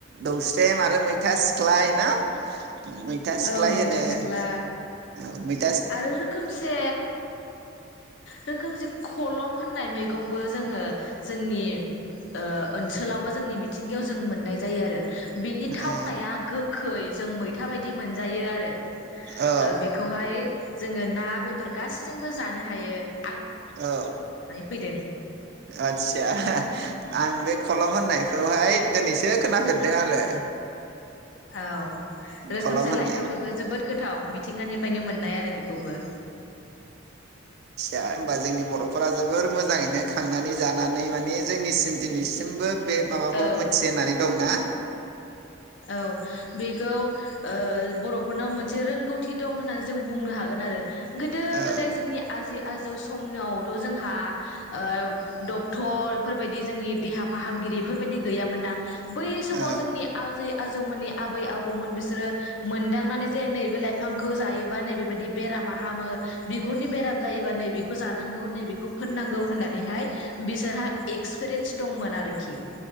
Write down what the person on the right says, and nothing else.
दौस्रेम आरो मैथा सिख्लाय ना। मैथा सिख्लाय
होनो औै।
अ
औ
औ
आदसा आं बे खलम होननायखौहाय दिनैसो खोनाफेरदों आरो।
खलम होननाय
होनबा जोंनि बर'फोरा जोबोर मोजाङैनो खांनानै जानानै माने जोंनिसिम दिनैसिमबो बे माबाखौ
मिथि होननानै दंना।
औ
औ